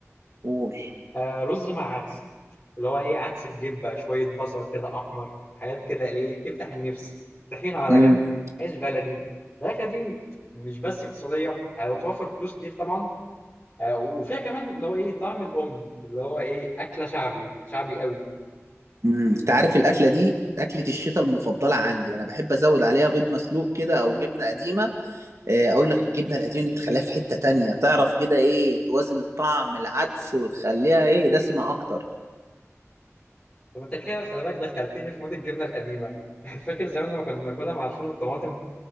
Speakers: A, on the right (about 70°); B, on the left (about 25°).
A: قول
B: آه رز مع عدس اللي هو ايه عدس بجبه شويه بصل كده احمر حاجات كده ليه تفتح النفس طحينه على
A: امم
B: جنب عيش بلدي الاكله دي مش بس اقتصاديه آه وتوفر فلوس كتير طبعا آه وفيها كمان اللي هو ايه طعم الام اللي هو ايه اكله شعبي شعبي قوي
A: انت عارف الاكله دي اكله الشتاء المفضله عندي انا بحب ازود عليها بيض مسلوق كده او جبنه قديمه آه، اقول لك الجبنه القديمه دي بتخليها في حته تانية تعرف كده ايه توازن الطعم العدس وتخليها ايه دسمه اكتر
B: طب انت كده خلي بالك دخلتني في مود الجبنه القديمه <laughs> فاكر زمان لما كنا بناكلها مع الفول والطماطم